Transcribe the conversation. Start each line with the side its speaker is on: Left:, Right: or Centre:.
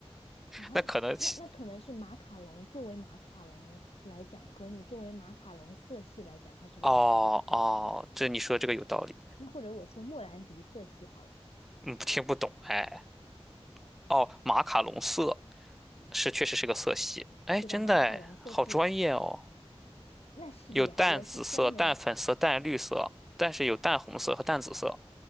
Left: 啊。
Centre: 那可能其
Left: 那那可能是马卡龙作为马卡龙来讲，和你作为马卡龙色系来讲，它是两种概念。
Centre: 哦哦，这你说这个有道理，
Left: 那或者我说莫兰迪色系好了，
Centre: 嗯，听不懂哎。哦，马卡龙色是确实是个色系，哎，
Left: 对吧？
Centre: 真的哎，
Left: 马卡龙色系
Centre: 好专业哦。
Left: 那是的呀，
Centre: 有淡紫色、
Left: 我是专门
Centre: 淡粉色、淡绿色，但是有淡红色和淡紫色。